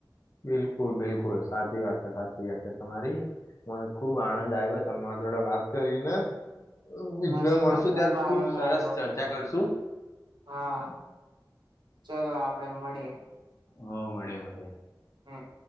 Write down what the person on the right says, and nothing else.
મને
પણ ખુબ
આનંદ
આવ્યો
હા ચલો આપણે મળીએ.
હમ્મ.